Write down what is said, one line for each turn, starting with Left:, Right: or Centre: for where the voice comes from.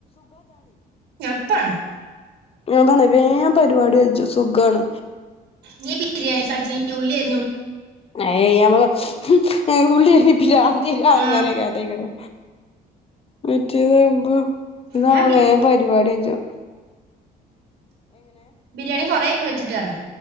Right: എപ്പ
Left: താണ് വേഗം പരിപാടി സുഖമാണ്
Right: നീ ബിരിയാണി കടിച്ച ഉള്ളി അരി
Left: മഴ പെയ്യാൻ പോവ ഉള്ളി അരിഞ്ഞിട്ട ഇല്ല അങ്ങനെയക്ക
Right: ആ
Left: അതേയക്കണ് വിറ്റിയത് ഉം ഇതാവുവേഗം
Right: ഞാൻ ബിരിയാണി
Left: പരിപാടി അജോ
Right: ബിരിയാണി കൊറെ വെച്ചിട്ട് വരാ